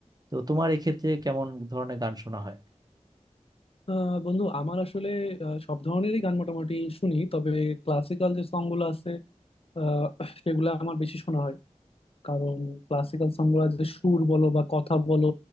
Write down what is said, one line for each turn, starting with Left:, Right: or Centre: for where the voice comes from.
Right: তো তোমার এক্ষেত্রে কেমন ধরনের গান শোনা হয়
Left: আহ, বন্ধু আমার আসলে আহ, সব ধরনেরই গান মোটামুটি শুনি তবে ক্লাসিক্যাল যে সং গুলো আছে আহ, সেগুলো আমার বেশি শোনা হয় কারণ ক্লাসিক্যাল সংগুলো যে সুর বলো বা কথা বলো